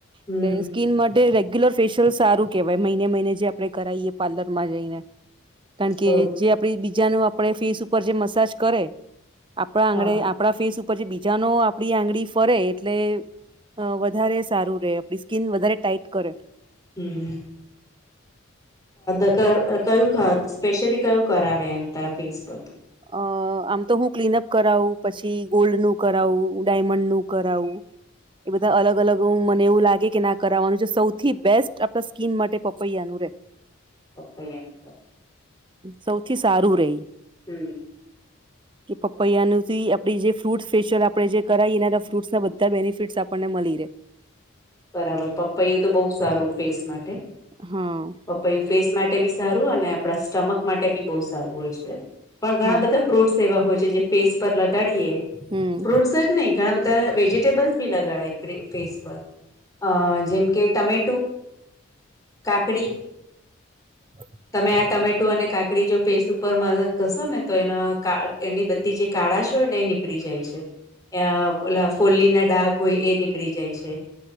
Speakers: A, on the left; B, on the right.
A: હમ
B: એટલે સ્કીન માટે રેગ્યુલર ફેશિયલ સારું કેહેવાય મહિને મહિને જે આપડણે કરાવાઈએ પાર્લર માં જઈને કારણ કે
A: ઓ
B: જે આપ બીજાનું આપણે ફેસ ઉપર જે મસાજ કરે આપણા આંગણે
A: હા
B: આપણા ફેસ ઉપર પછી બીજા ન આપડી આંગળી ફરે એટલે અ વધારે સારું રહેે આપડી સ્કીન વધારે ટાઈટ કરે.
A: હમ્મ. <inaudible> કયુ અ સ્પેશલી કયુ કરાવે તારા ફેસ પર.
B: અ આમ તો હું ક્લીનઅપ કરાવું પછી ગોલ્ડ નું કરાવું ડાયમંડ નું કરાવું એ બધા અલગ અલગ રુમ મને એવું લાગે કે ના કરાવવાનું છે સૌથી બેસ્ટ આપણા સ્કીન માટે પપૈયા નું રે.
A: પપૈયાં નુ કર.
B: સૌથી સારું રે ઇ.
A: હમ્મ.
B: કે પપૈયાં નુ જી આપડી જે ફ્રૂટ સ્પેશિયલ આપણે જે કરાઇ એના ફ્રૂટ્સ ના બધા બેનિફિટ્સ આપણને મળી રહે.
A: બરાબર પપૈયુ તો બહુ સારું ફેસ માટે.
B: હા.
A: પપૈયું ફેસ માટે બી સારું અને આપણા સ્ટમક માટે બી બહુ સારું હોય છે, પણ ઘણા
B: હા
A: બધા ફ્રૂટ્સ એવા હોય છે જે ફેસ પર લગાડીએ
B: હમ
A: ફ્રૂટ્સ જ. નહી ઘણા બધા વેજીિટેબલ્સ ભી લગાડાય ફે ફેસ પર. અ જેમ કે ટમેટું કાકડી
B: <inaudible>
A: તમે આ ટમેટો અને કાકડી જો ફેસ ઉપર મા ઘસો ને તો એના આ એની બધી. જે કાળાશ હોય ને એ નીકળી જાય છે. અ ઓલા ફોલ્લી ના ડાગ હોય એ નીકળી જાય છે.